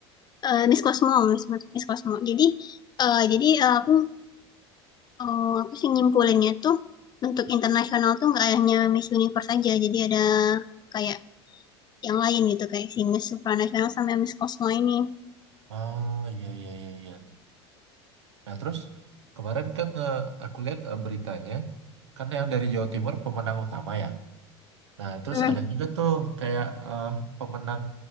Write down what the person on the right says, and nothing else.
Oh iya iya iya iya. Nah terus kemarin kan eh, aku lihat eh, beritanya kan yang dari Jawa Timur pemenang utama ya. Nah terus
ada juga tuh kayak eh, pemenang